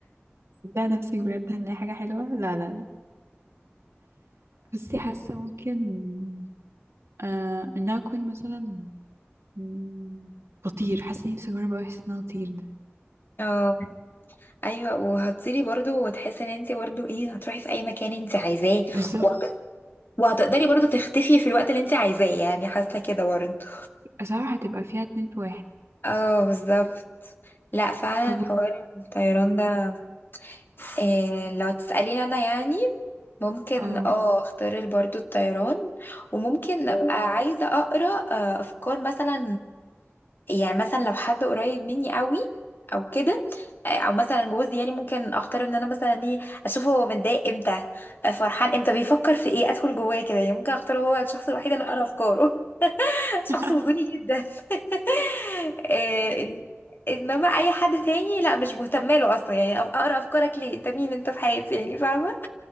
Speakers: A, on the right; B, on the left.
A: صدق نفسك بجد هنلاقي حاجة حلوة لا لا لا بصي حاسة ممكن آه إن أنا أكون مثلا مم، بطير حاسة نفسي أجرب أوي إحساس إن أنا أطير ده
B: اه ايوه وهتطيري برضو وتحسي ان انت برضو ايه هتروحي في اي مكان انت عايزاه
A: بالظبط
B: وهت- وهتقدري برضو تختفي في الوقت اللي انت عايزاه يعني حاسه كده برضو
A: صراحة هتبقى فيها اتنين في واحد
B: اه بالظبط لا فعلا
A: طب و-
B: حوار الطيران ده إيه لو تسأليني انا يعني ممكن
A: اه
B: اه اختار برضو الطيران وممكن ابقى عايزة اقرا آه، افكار مثلا يعني مثلا لو حد قريب مني قوي او كده آه، او مثلا جوزي يعني ممكن اختار ان انا مثلا ايه اشوفه هو متضايق امتى آه، فرحان امتى بيفكر في ايه ادخل جواه كده يعني ممكن اختاره هو الشخص الوحيد اللي اقرا افكاره <laughs>
A: <laughs>
B: شخص وجودي جدا <laughs> إيه، انما اي حد تاني لا مش مهتمه له اصلا يعني اقرا افكارك ليه انت مين انت في حياتي يعني فاهمه